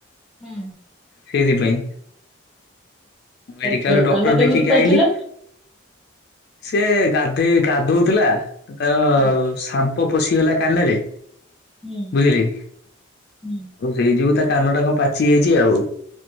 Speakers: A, in the centre; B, on the left.
A: ହୁଁ।
B: ସେଇଥିପାଇଁ ମେଡିକାଲରୁ
A: ତ
B: ଡକ୍ଟର
A: କାନ କେମିତି
B: ଦେଖିକି
A: ପାଚିଲା?
B: ଆଇଲି ସିଏ ଗାଧୋଇ ଗାଧଉଥିଲା ତାର
A: ହୁଁ
B: ସାମ୍ପ ପଶିଗଲା କାନରେ
A: ହୁଁ
B: ବୁଝିଲି
A: ହୁଁ।
B: ସେଇ ଯୋଗୁ ତା କାନ ଟା କଣ ପାଚିଯାଇଛି ଆଉ।